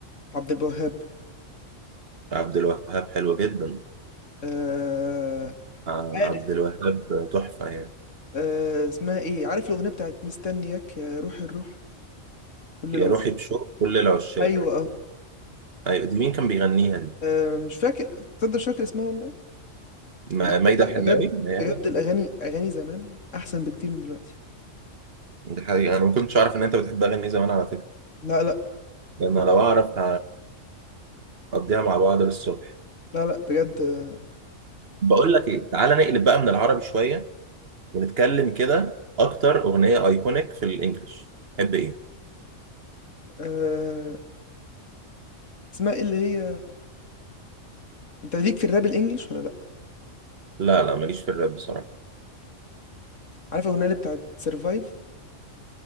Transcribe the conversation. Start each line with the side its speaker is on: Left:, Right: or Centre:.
Left: عبد الوهاب
Right: عبد الوهاب حلو جدا
Left: آه...
Right: آه،
Left: عارف
Right: عبد الوهاب تحفة يعني
Left: آه اسمها ايه عارف الاغنيه بتاعت مستنياك يا روح الروح كل
Right: يا
Left: العشاق
Right: روحي بشوق كل العشاق
Left: ايوه اه
Right: أيوة دي مين كان بيغنيها دي
Left: آه، مش فاكر تصدق مش فاكر اسمها والله
Right: ما-
Left: عامة
Right: مايدة
Left: لا
Right: الحناوي
Left: بجد
Right: هي
Left: بجد
Right: ده ولا
Left: الاغاني اغاني زمان احسن بكتير من دلوقتي
Right: دي حقيقة أنا ما كنتش أعرف إن أنت بتحب أغني زمان على فكرة
Left: لا لا
Right: لأن
Left: آه،
Right: لو أعرف هنقضيها مع بعض للصبح
Left: لا لا بجد آه،
Right: بقول لك ايه تعالى نقلب بقى من العربي شويه ونتكلم كده اكتر اغنيه ايكونيك في الانجليش تحب ايه
Left: آه، اسمها ايه اللي هي انت ليك في الراب الانجليش ولا لا
Right: لا لا ماليش في الراب بصراحه
Left: عارف الاغنيه اللي بتاعت سرفايف